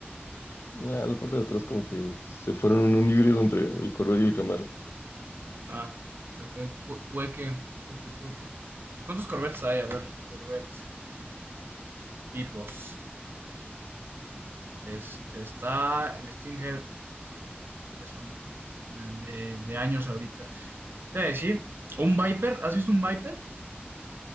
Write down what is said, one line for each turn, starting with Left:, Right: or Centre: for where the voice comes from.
Left: Ah, la parte de atrás como que se fueron en un híbrido entre el Corvette y el Camaro.
Right: Ah, pues puede, pu- puede que, puede que, puede que. Pues ¿cuántos Corvettes hay? A ver, Corvette tipos. Este, está el Stinger ya son de, de años ahorita. Te voy a decir, un Viper, ¿has visto un Viper?